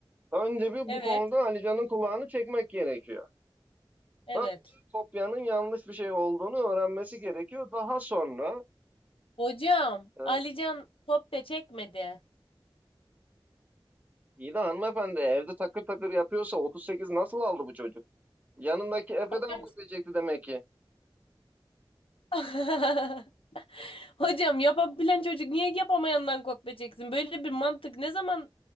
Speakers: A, on the right; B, on the left.
A: Önce bir
B: Evet,
A: bu konuda Ali Can'ın kulağını çekmek gerekiyor.
B: evet.
A: Önce kopyanın yanlış bir şey olduğunu öğrenmesi gerekiyor. Daha sonra
B: Hocam,
A: e,
B: Alican top da çekmedi.
A: İyi de hanımefendi evde takır takır yapıyorsa 38 nasıl aldı bu çocuk? Yanındaki Efe'den
B: Hocam
A: kopyacaktı demek ki.
B: <laughs> Hocam yapabilen çocuk niye yapamayandan kopya çeksin? Böyle bir mantık ne zaman